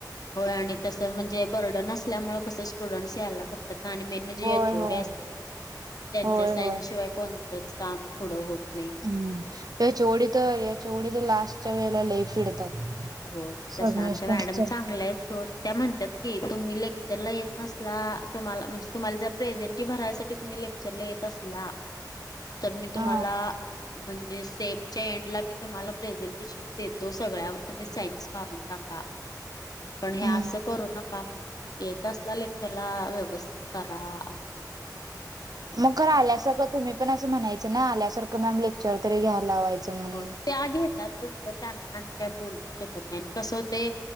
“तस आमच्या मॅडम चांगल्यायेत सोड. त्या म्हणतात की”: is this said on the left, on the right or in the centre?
Left